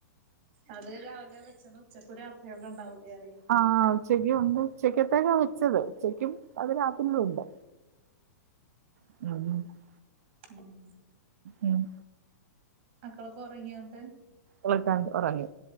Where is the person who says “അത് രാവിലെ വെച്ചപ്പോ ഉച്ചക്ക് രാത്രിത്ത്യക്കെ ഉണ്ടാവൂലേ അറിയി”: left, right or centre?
Right